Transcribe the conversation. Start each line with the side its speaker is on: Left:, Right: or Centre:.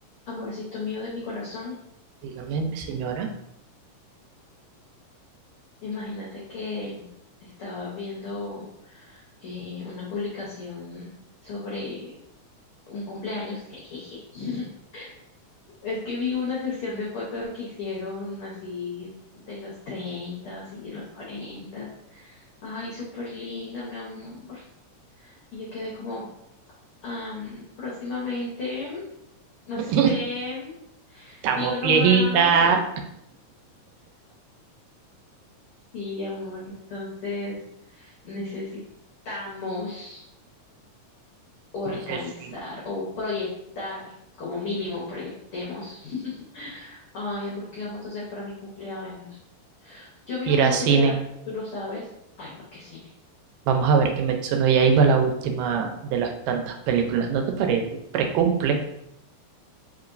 Left: Amorcito mío de mi corazón,
Right: Dígame, señora,
Left: imagínate que estaba viendo eh, una publicación sobre un cumpleaños, jejeje. <laughs> Es que vi una sección de fotos que hicieron así de los 30 y de los 40. Ay, súper linda, mi amor. Y yo quedé como, am, próximamente, no
Right: <laughs>
Left: sé,
Right: estamos
Left: Digo nomás.
Right: viejitas,
Left: Sí, amor. Entonces necesitamos organizar
Right: necesito
Left: o proyectar, como mínimo, proyectemos. <laughs> Ay, amor, ¿qué vamos a hacer para mi cumpleaños? Yo a mí
Right: ir
Left: no me
Right: al
Left: gusta
Right: cine.
Left: celebrar, tú lo sabes. Ay, no, qué cine.
Right: Vamos a ver Kimetsu no Yaiba, la última de las tantas películas, ¿no te parece? Precumple.